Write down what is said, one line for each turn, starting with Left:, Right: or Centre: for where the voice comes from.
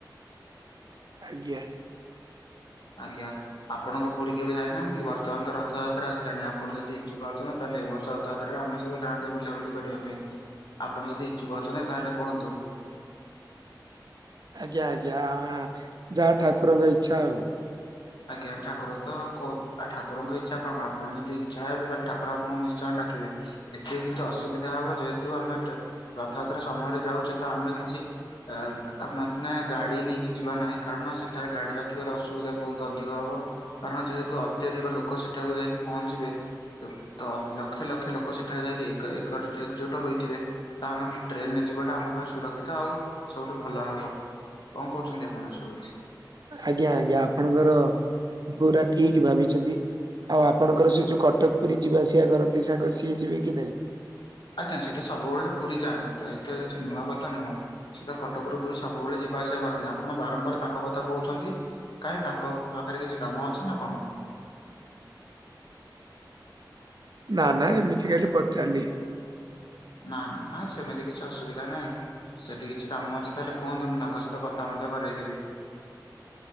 Right: ଆଜ୍ଞା।
Left: ଆଜ୍ଞା। ଆପଣଙ୍କ ପୁରୀ କେବେ ଯାଇନାହାନ୍ତି ବର୍ତ୍ତମାନ ତ ରଥଯାତ୍ରା ଆସିଲାଣି ଆପଣ ଯଦି ଇଛୁକ ଅଛନ୍ତି ତାହେଲେ ଏ ବର୍ଷ ତାଦ୍ଵରରେ ଆମେ ସବୁ ଯାଆନ୍ତେ ବୁଲାବୁଲି କରିବା ପାଇଁ। ଆପଣ ଯଦି ଇଚ୍ଛୁକ ଅଛନ୍ତି ତାହେଲେ କୁହନ୍ତୁ।
Right: ଆଜ୍ଞା ଆଜ୍ଞା ଯାହା ଠାକୁରଙ୍କ ଇଚ୍ଛା ଆଉ।
Left: ଆଜ୍ଞା ଠାକୁର ତ ଠାକୁରଙ୍କ ଇଚ୍ଛା କଣ ଆପଣ ଯଦି ଇଛା ହେବେ ତାହେଲେ ଠାକୁର ଆପଣଙ୍କୁ ନିଶ୍ଚୟ ଡାକିବେ। ଏତିକି କିନ୍ତୁ ଅସୁବିଧା ହବ ଯେହେତୁ ଆମେ ରଥଯାତ୍ରା ସମୟରେ ଯାଉଛେ ତ ଆମେ କିଛି ଏ ମାନେ ନା ଗାଡି ନେଇକି ଯିବା ନାହିଁ। କାରଣ ସେଠାରେ ଗାଡି ରଖିବାର ଅସୁବିଧା ବହୁତୁ। ଅଧିକ ହବ କାରଣ ଯେହେତୁ ଅତ୍ୟଧିକ ଲୋକ ସେଠାକୁ ଯାଇକି ପହଞ୍ଚିବେ ତ ଲକ୍ଷ ଲକ୍ଷ ଲୋକ ସେଠାରେ ଯାଇକି ଏକ ଏକଜୁଟ ହୋଇଥିବେ। ତ ଆମେ ଟ୍ରେନରେ ଯିବାଟା ଆମ ପାଇଁ ସୁରକ୍ଷିତ ଆଉ ସବୁଠୁ ଭଲ ହବ। କଣ କହୁଛନ୍ତି ଆପଣ ସ
Right: ଆଜ୍ଞା ଆଜ୍ଞା ଆପଣଙ୍କର ପୁରା ଠିକ ଭାବିଛନ୍ତି। ଆଉ ଆପଣଙ୍କର ସେ ଯୋଉ କଟକ ପୁରୀ ଯିବା ଆସିବା କରନ୍ତି ସାଙ୍ଗ ସିଏ ଯିବେ କି ନାଇଁ?
Left: ଆଜ୍ଞା ସିଏତ ସବୁବେଳେ ପୁରୀ ଯାଆନ୍ତି ତ ଏଥିରେ କିଛି ନୂଆ କଥା ନୁହଁ। ସେତ କଟକରୁ ପୁରୀ ସବୁବେଳେ ଯିବା ଆସିବା କରନ୍ତି। ଆପଣ ବାରମ୍ବାର ତାଙ୍କ କଥା କହୁଛନ୍ତି। କାହିଁ ତାଙ୍କ ପାଖରେ କିଛି କାମ ଅଛି ନା କଣ?
Right: ନା ନା ଏମିତି ଖାଲି ପଚାରିଲି।
Left: ନା ନା ସେମିତି କିଛି ଅସୁବିଧା ନାହିଁ। ଯଦି କିଛି କାମ ଅଛି ତାହେଲେ କୁହନ୍ତୁ ମୁଁ ତାଙ୍କ ସହିତ କଥା ମଧ୍ୟ କରଇଦେବି।